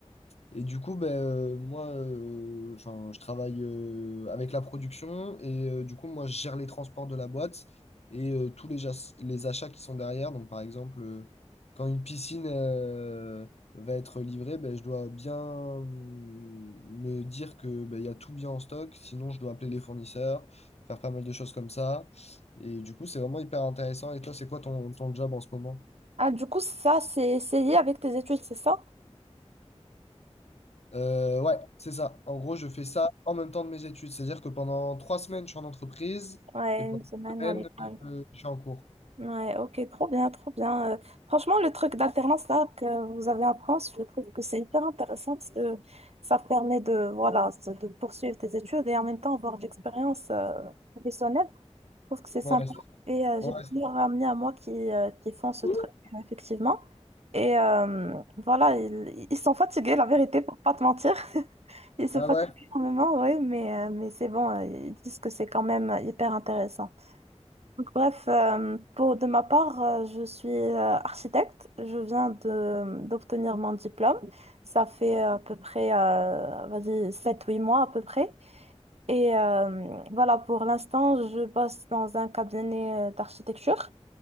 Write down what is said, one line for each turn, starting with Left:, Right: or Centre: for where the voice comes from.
Left: Et du coup, ben, euh, moi, euh, enfin, je travaille euh, avec la production et euh, du coup, moi, je gère les transports de la boîte et euh, tous les, jas- les achats qui sont derrière. Donc, par exemple, euh, quand une piscine euh, va être livrée, ben, je dois bien hum, me dire que ben, il y a tout bien en stock. Sinon, je dois appeler les fournisseurs, faire pas mal de choses comme ça. Et du coup, c'est vraiment hyper intéressant. Et toi, c'est quoi ton, ton job en ce moment?
Right: Ah, du coup, ça, c'est c'est lié avec tes études, c'est ça?
Left: Euh, ouais, c'est ça. En gros, je fais ça en même temps de mes études. C'est-à-dire que pendant trois semaines, je suis en entreprise
Right: Ouais,
Left: et pendant
Right: une semaine
Left: une semaine,
Right: à l'école.
Left: euh, je suis en cours.
Right: Ouais, ok, trop bien, trop bien. Euh, franchement, le truc d'alternance là que vous avez en France, je trouve que c'est hyper intéressant parce que ça te permet de, voilà, de de poursuivre tes études et en même temps avoir de l'expérience euh, professionnelle. Je trouve que c'est sympa.
Left: Ouais, c'est-
Right: Et euh,
Left: ouais,
Right: j'ai plusieurs
Left: c'est
Right: amis à moi qui, euh, qui font ce
Left: cool.
Right: truc, euh, effectivement. Et euh, voilà, ils, ils sont fatigués, la vérité, pour pas te mentir. <laughs> Ils se
Left: Ah
Right: fatiguent
Left: ouais?
Right: énormément, oui, mais, euh, mais c'est bon, euh, ils disent que c'est quand même hyper intéressant. Donc, Bref, euh, pour de ma part, euh, je suis euh, architecte. Je viens de d'obtenir mon diplôme. Ça fait euh, à peu près, euh, vas-y, sept-huit mois à peu près. Et euh, voilà, pour l'instant, je bosse dans un cabinet euh, d'architecture.